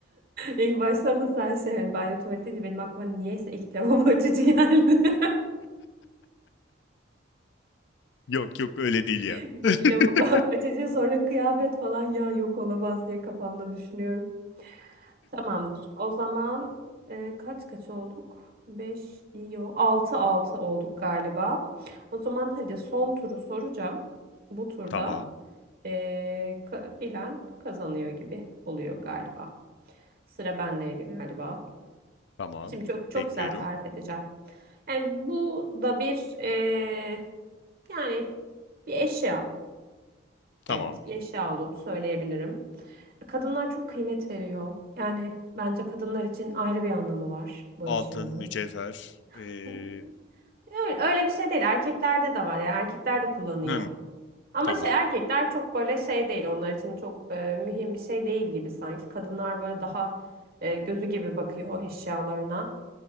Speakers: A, on the right; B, on the left.
A: İlk başta mı sen şey hani banyo tuvalet deyince benim aklıma niyeyse ilk lavabo açıcı geldi. <laughs>
B: Yok yok öyle değil ya.
A: Bir
B: <laughs>
A: lavabo açıcı sonra kıyafet falan ya yok olamaz diye kafamda düşünüyorum. Tamamdır. O zaman e, kaç kaç olduk? 5, yo 6 6 olduk galiba. O zaman hadi son turu soracağım. Bu turda
B: Tamam.
A: e, ka- bilen kazanıyor gibi oluyor galiba. Sıra bendeydi galiba.
B: Tamam.
A: Şimdi çok çok
B: Bekliyorum.
A: güzel tarif edeceğim. Yani bu da bir e, yani bir eşya.
B: Tamam.
A: Evet, bir eşya olduğunu söyleyebilirim. E, Kadınlar çok kıymet veriyor. Yani bence kadınlar için ayrı bir anlamı var bu
B: Altın,
A: eşyanın.
B: mücevher. Ee,
A: <laughs> Öyle, öyle bir şey değil. Erkeklerde de var. Yani erkekler de kullanıyor.
B: hım,
A: Ama
B: tamam.
A: şey erkekler çok böyle şey değil. Onlar için çok e, mühim bir şey değil gibi sanki. Kadınlar böyle daha e, gözü gibi bakıyor o eşyalarına.